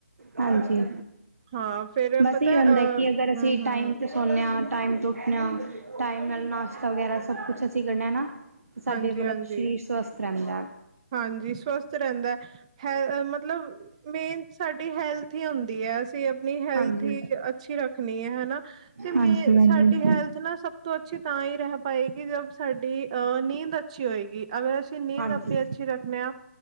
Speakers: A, on the right; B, on the right.
A: ਹਾਂਜੀ
B: ਹਾਂ, ਫੇਰ
A: ਬਸ
B: ਪਤਾ
A: ਇਹ
B: ਹੈ,
A: ਹੁੰਦਾ
B: ਅ
A: ਕਿ ਅਗਰ
B: ਹੂੰ-ਹੂੰ,
A: ਅਸੀਂ ਟਾਈਮ ਤੇ ਸੋਂਨੇ ਆਂ ਟਾਈਮ ਤੋਂ ਉੱਠਣੇ ਆਂ ਟਾਈਮ ਨਾਲ ਨਾਸ਼ਤਾ ਵਗੈਰਾ ਸਭ ਕੁਛ ਅਸੀਂ ਕਰਨੇ ਆਂ ਨਾ। ਤੇ ਸਾਡੇ
B: ਹਾਂਜੀ-ਹਾਂਜੀ
A: ਮਤਲਬ ਸਰੀਰ ਸਵਸਥ ਰਹਿੰਦਾ
B: ਹਾਂਜੀ ਸਵਸਥ ਰਹਿੰਦੈ। ਹੈਲ ਮਤਲਬ ਮੇਨ ਸਾਡੀ ਹੈਲਥ ਹੀ ਹੁੰਦੀ ਹੈ ਅਸੀਂ ਆਪਣੀ ਹੈਲਥ
A: ਹਾਂਜੀ
B: ਹੀ ਅੱਛੀ ਰੱਖਣੀ ਹੈ ਹਨਾ ਤੇ ਮੇਨ
A: ਹਾਂਜੀ ਹਾਂਜੀ
B: ਸਾਡੀ ਹੈਲਥ ਸਭ ਤੋਂ ਅੱਛੀ ਤਾਂ ਹੀ ਰਹਿ ਪਾਏਗੀ, ਜਬ ਸਾਡੀ ਅਅ, ਨੀਂਦ ਅੱਛੀ ਹੋਏਗੀ। ਅਗਰ ਨੀਂਦ
A: ਹਾਂਜੀ
B: ਆਪਣੀ ਅੱਛੀ ਰੱਖਣੇ ਆ,